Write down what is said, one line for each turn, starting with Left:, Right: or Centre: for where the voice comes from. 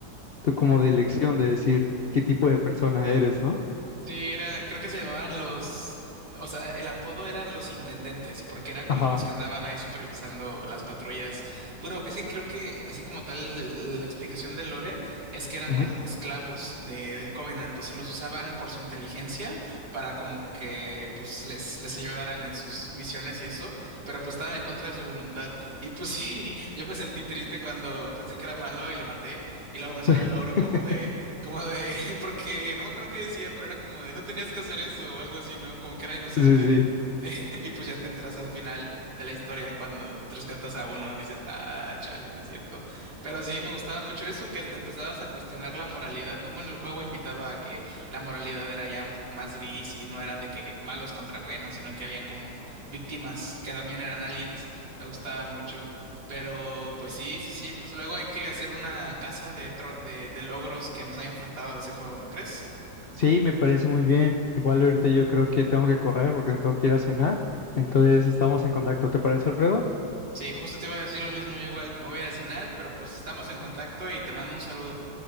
Left: de, como de elección, de decir qué tipo de persona eres, ¿no?
Right: Sí, era, creo que se llamaban los, o sea, el apodo eran los intendentes, porque eran como
Left: Ajá.
Right: los que andaban ahí supervisando las patrullas. Bueno, es que creo que así como tal la explicación de Lore es que eran
Left: Ujú.
Right: como esclavos de, del Covenant, entonces los usaban por su inteligencia para como que pues les, les ayudaran en sus misiones y eso, pero pues estaban en contra de su voluntad. Y pues <laughs> sí, yo me sentí triste cuando pensé que era malo y lo maté, y luego me sale
Left: <laughs>
Right: el logro como de como de, <laughs> porque no me acuerdo qué decía, pero era como de, no tenías que hacer eso o algo así, ¿no? Como que era inocente.
Left: Sí, sí.
Right: <laughs> Y pues ya te enteras al final de la historia cuando rescatas a uno, dices, ah, chale, sí es cierto. Pero sí, me gustaba mucho eso, que hasta empezabas a cuestionar la moralidad, ¿no? Bueno, el juego invitaba a que la moralidad era ya un poco más gris y no eran de que malos contra buenos, sino que habían como víctimas que también eran aliens. Me gustaba mucho. Pero pues sí, sí, sí, pues luego hay que hacer una casa de, tro- de, de logros que nos hayan faltado de ese juego, ¿no crees?
Left: Sí, me parece muy bien. Igual ahorita yo creo que tengo que correr porque no tengo que ir a cenar. Entonces estamos en contacto. ¿Te parece, Alfredo?
Right: Sí, justo te iba a decir lo mismo, yo igual me voy a ir a cenar, pero pues estamos en contacto y te mando un saludo.